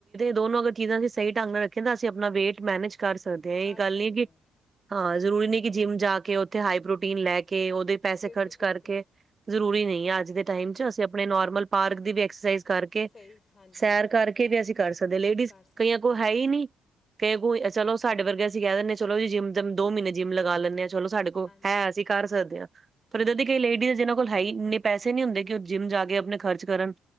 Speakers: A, on the right (about 35°); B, on the left (about 30°).
A: ਦੋਨੋ ਅਗਰ ਚੀਜ਼ਾਂ ਦੀ ਸਹੀ ਢੰਗ ਨਾਲ ਰੱਖੀਆਂ ਨਾ ਅਸੀ ਆਪਣਾ ਵੇਟ ਮੈਨੇਜ ਕਰ ਸਕਦੇ ਆ, ਇਹਹੀ
B: ਕਰ
A: ਗੱਲ
B: ਸਕਦੇ
A: ਨੀ ਹੈ ਕਿ
B: ਹਾਂ
A: ਹਾਂ ਜ਼ਰੂਰੀ ਨਹੀਂ, ਕਿ ਜਿੰਮ ਜਾ ਕੇ, ਉੱਥੇ ਹਾਈ ਪ੍ਰੋਟੀਨ ਲੈ ਕੇ, ਉਹਦੇ ਪੈਸੇ
B: ਬਿਲਕੁਲ
A: ਖਰਚ
B: ਬਿਲਕੁਲ
A: ਕਰਕੇ, ਜਰੂਰੀ ਨਹੀਂ ਆ ਅੱਜ ਦੇ ਟਾਈਮ
B: ਹਾਂਜੀ
A: ਚ, ਅਸੀਂ ਆਪਣੇ ਨੋਰਮਲ ਪਾਰਕ ਦੀ ਵੀ ਐਕਸਰਸਾਈਜ਼ ਕਰਕੇ,
B: ਸਹੀ ਹਾਂਜੀ
A: ਸੈਰ
B: ਹਾਂਜੀ
A: ਕਰਕੇ ਵੀ ਅਸੀਂ ਕਰ ਸਕਦੇ ਆ, ਲੇਡੀਜ਼
B: ਕਰ ਸਕਦੇ
A: ਕਈਆਂ ਕੋਲ
B: ਹਾਂ
A: ਹੈ ਹੀ ਨਹੀਂ ਕਈ ਕੋਈ ਚਲੋ ਸਾਡੇ ਵਰਗੇ ਅਸੀਂ ਕੇਹ ਦੇਣੇ ਆ, ਚਲੋ ਜੀ ਜਿੰਮ। ਦੋ ਮਹੀੇਨੇ ਜਿੰਮ ਲਗਾ ਲੈਂਣੇ ਆ। ਚਲੋ ਸਾਡੇ ਕੋਲ
B: ਹਾਂਜੀ
A: ਹੈ, ਅਸੀਂ ਕਰ ਸਕਦੇ ਹਾਂ, ਪਰ
B: ਹਾਂਜੀ
A: ਏਦਾਂ ਦੀ ਕਈ
B: ਹਾਂਜੀ
A: ਲੇਡੀਜ਼ ਜਿਹਨਾਂ ਕੋਲ ਹੈ ਹੀ ਨੀ ਪੈਸੇ ਨਹੀਂ ਹੁੰਦੇ, ਕਿ ਉਹ ਜਿੰਮ ਜਾ ਕੇ ਆਪਣੇ ਖਰਚ ਕਰਨ।